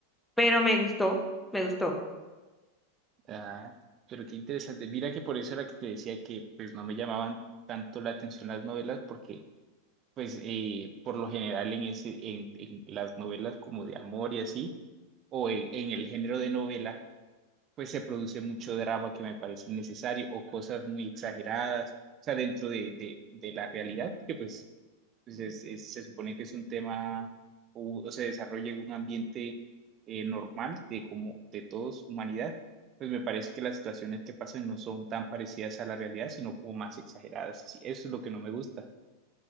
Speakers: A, in the centre; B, on the right.
A: pero me gustó, me gustó.
B: Ah, pero qué interesante. Mira que por eso era que te decía que pues no me llamaban tanto la atención las novelas porque pues eh, por lo general en ese en, en las novelas como de amor y así o en, en el género de novela pues se produce mucho drama que me parece innecesario o cosas muy exageradas, o sea, dentro de, de, de la realidad porque pues pues es- es- se supone que es un tema o, o se desarrolla en un ambiente eh, normal de como de todos humanidad, pues me parece que las situaciones que pasan no son tan parecidas a la realidad, sino como más exageradas. Sí, eso es lo que no me gusta.